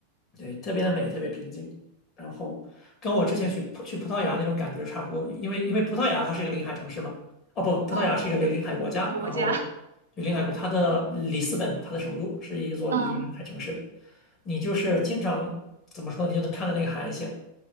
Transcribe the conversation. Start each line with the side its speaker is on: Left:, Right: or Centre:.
Left: 对，特别的美，特别平静。然后跟我之前去葡去葡萄牙那种感觉是差不多，因为因为葡萄牙它是一个临海城市嘛，哦不，葡萄牙是一个临临海国家，
Right: 嗯，国家，
Left: 然后对临海国，它的里斯本，它的首都是一座临海城市，
Right: 嗯。
Left: 你就是经常怎么说，你就能看到那个海岸线，